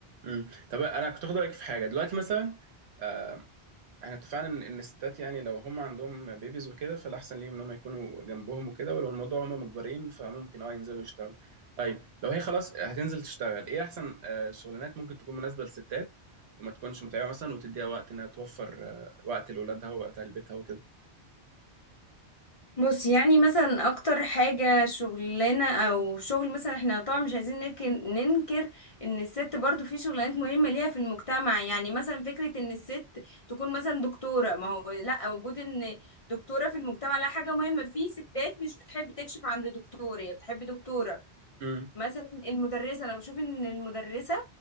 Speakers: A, on the right; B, on the left.
A: امم طب انا كنت اخد رايك في حاجه دلوقتي مثلا آه، احنا اتفقنا ان إن الستات يعني لو هم عندهم بيبيز وكده فالاحسن ليهم ان هم يكونوا جنبهم وكده ولو الموضوع هم مجبرين فممكن اه ينزلوا يشتغلوا طيب لو هي خلاص هتنزل تشتغل ايه احسن آه، شغلانات ممكن تكون مناسبة للستات وما تكونش متعبة مثلا وتديها وقت انها توفر آه، وقت لاولادها ووقت لبيتها وكده
B: بص يعني مثلا اكتر حاجة شغلنا او شغل مثلا احنا طبعا مش عايزين ننكر, ننكر ان الست برضو في شغلانات مهمة ليها في المجتمع يعني مثلا فكرة ان الست تكون مثلا دكتورة ما هو لا وجود ان دكتورة في المجتمع لا حاجة مهمة في ستات مش بتحب تكشف عند دكتور هي بتحب دكتورة
A: امم
B: مثلا المدرسة انا بشوف ان المدرسة